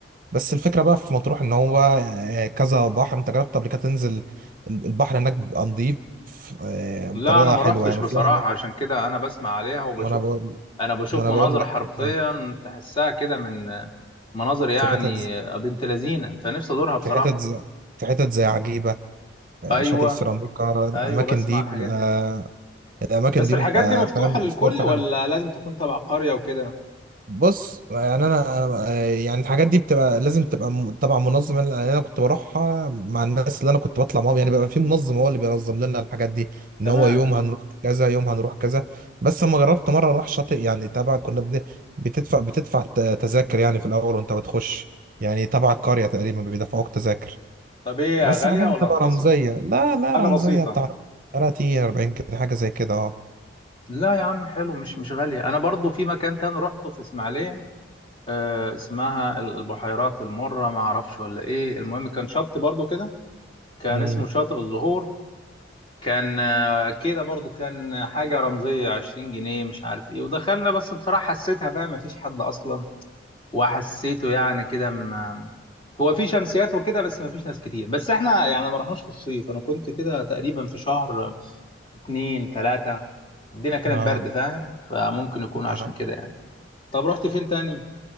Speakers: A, on the right; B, on the left.
A: بس الفكره بقى في مطروح ان هو آه، كذا بحر انت جربت قبل كده تنزل البحر هناك بيبقى نظيف آه، بطريقه
B: لا انا ما
A: حلوه
B: رحتش
A: يعني وفي
B: بصراحه
A: اماكن
B: عشان كده انا بسمع عليها وبشوف
A: ما انا بقول
B: انا بشوف
A: ما انا
B: مناظر
A: بقول لك
B: حرفيا
A: آه.
B: تحسها كده من مناظر يعني
A: في حتت ز-
B: بنت لذينه فنفسي ازورها بصراحه
A: في حتت ز- في حتت زي عجيبة آه،
B: ايوه
A: شاطئ السيراميكا الأماكن
B: ايوه بسمع
A: دي
B: الحاجات
A: بيبقى
B: دي
A: الأماكن
B: بس
A: دي
B: الحاجات
A: بيبقى
B: دي مفتوحه
A: فاهم
B: للكل
A: مصدر في
B: ولا
A: حاله
B: لازم تكون تبع قريه وكده
A: بص يعني أنا أنا- آه، يعني الحاجات دي بتبقى لازم تبقى م- طبعا منظم يعني أنا كنت بروحها مع الناس اللي أنا كنت بطلع معاهم يعني بيبقى في منظم هو اللي بينظم لنا الحاجات دي إن
B: تمام
A: هو يوم هنروح كذا يوم هنروح كذا بس أما جربت مرة أروح شاطئ يعني تبع كنا بن- بتدفع بتدفع ت- تذاكر يعني في الأول وأنت بتخش يعني تبع القرية تقريبا بيدفعوك تذاكر
B: طب ايه
A: بس
B: غاليه
A: حاجات
B: ولا
A: بتبقى
B: رخيصه
A: رمزية لا لا
B: حاجة
A: رمزية
B: بسيطة
A: بتاع 30 40 كده حاجة زي كده اه
B: لا يا عم حلو مش مش غالية أنا برضو في مكان تاني روحته في إسماعيلية آه اسمها ال- البحيرات المرة ما أعرفش ولا إيه المهم كان شط برضو كده كان
A: امم
B: اسمه شاطئ الزهور كان آه كده برضو كان حاجة رمزية 20 جنيه مش عارف إيه ودخلنا بس بصراحة حسيتها فاهم مفيش حد أصلا وحسيته يعني كده م- هو في شمسيات وكده بس مفيش ناس كتير بس إحنا يعني ما رحناش في الصيف أنا كنت كده تقريبا في شهر اتنين تلاتة الدنيا كانت
A: اه
B: برد فاهم فممكن يكون
A: اه
B: عشان كده يعني طب رحت فين تاني؟